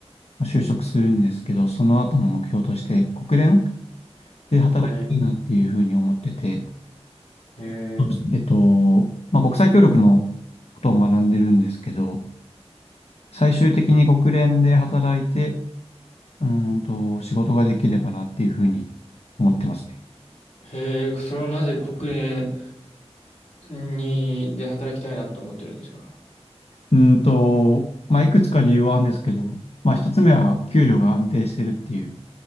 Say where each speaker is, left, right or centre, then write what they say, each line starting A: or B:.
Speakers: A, on the left; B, on the left.
A: まあ就職するんですけど、その後の目標として国連で働きたいなっていうふうに思ってて、
B: 国連。え
A: そうですねえっと、まあ国際協力のことを学んでるんですけど、最終的に国連で働いて、うーんと仕事ができればなっていうふうに思ってますね。
B: ー、へえ、それはなぜ国連にで働きたいなと思ってるんですか
A: うんと、まあ、いくつか理由はあるんですけど、まあ、一つ目は給料が安定してるっていう。